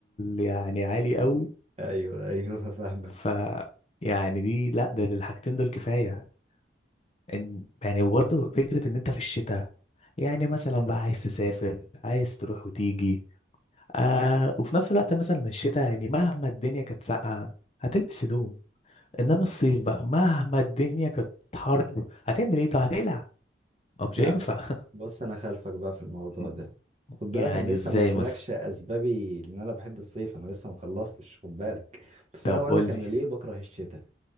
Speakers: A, on the left (about 35°); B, on the right (about 35°).
A: يعني عالي قوي
B: ايوه <laughs> ايوه فاهمك
A: ف يعني دي لا ده للحاجتين دول كفاية إن- يعني وبرضه فكرة ان انت في الشتاء يعني مثلا بقى عايز تسافر عايز تروح وتيجي آه وفي نفس الوقت مثلا الشتاء يعني مهما الدنيا كانت ساقعة هتلبس هدوم انما الصيف بقى مهما الدنيا كانت حر هتعمل ايه طب هتقلع ما مش
B: لا
A: هينفع
B: بص انا خلفك بقى في الموضوع
A: <laughs>
B: ده خد بالك
A: يعني
B: انا لسه
A: ازاي
B: ما قلتلكش
A: مثلا
B: اسبابي ان انا بحب الصيف انا لسه ما خلصتش خد بالك بس
A: طب
B: انا اقول
A: قول
B: لك انا
A: لي
B: ليه بكره الشتاء